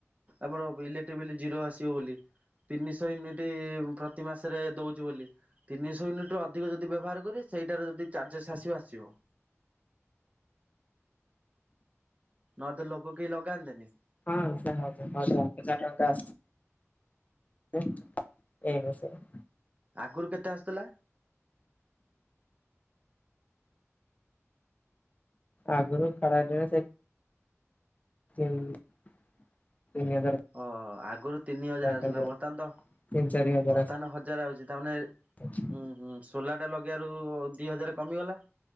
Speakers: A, on the right; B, on the left.
A: ଆପଣଙ୍କର ଇଲେକ୍ଟ୍ରି ବିଲ ଜିରୋ ଆସିବ ବୋଲି ତିନିଶହ ୟୁନିଟ୍ ପ୍ରତି ମାସରେ ଦଉଚି ବୋଲି ତିନିଶହ ୟୁନିଟ ରୁ ଅ ଅଧିକ ଯଦି ବ୍ୟବହାର କରିବେ ସେଇଟାରେ ଯଦି ଚାର୍ଜେସ୍ ଆସିବ ଆସିବ ନହେଲେ ତ ଲୋକ କେହି ଲଗାନ୍ତେନି।
B: ହଁ ସେ ହଜାର ହଜାର ହଜାର ଟଙ୍କା ଆସଚି ଏ ଏଇ ମାସରେ।
A: ଆଗରୁ କେତେ ଆସୁଥିଲା?
B: ଆଗରୁ ଖରା ଦିନେ ସେ ତିନି ତିନି ହଜାର
A: ଓ ଆଗରୁ ତିନି ହଜାର
B: ପାଖାପାଖି
A: ଆସିଲା, ବର୍ତ୍ତମାନ ତ
B: ତିନି ଚାରି ହଜାର
A: ବର୍ତ୍ତମାନ
B: ଆସ
A: ହଜାର ଆଉଛି, ତାମାନେ
B: <inaudible>
A: ହୁଁ ହୁଁ ସୋଲାଟା ଲଗେଇବାରୁ ଦି ହଜାର କମିଗଲା।